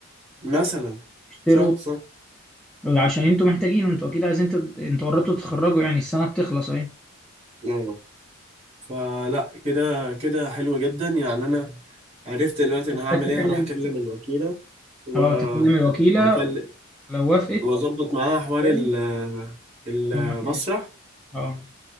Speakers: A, on the right; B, in the centre.
A: ومثلا
B: فاشتروا
A: صح صح
B: عشان انتوا محتاجين وانتوا اكيد عايزين تد... انتوا قربتوا تتخرجوا يعني السنه بتخلص اهي
A: آه. فلا كده كده حلو جدا يعني أنا عرفت دلوقتي أنا
B: محتاج
A: هعمل
B: تكلم
A: إيه هروح أكلم الوكيلة و
B: اه تكلم الوكيلة
A: وأكلم
B: لو وافقت
A: وأظبط معاها حوار
B: تمام،
A: ال- المسرح
B: في المكان اه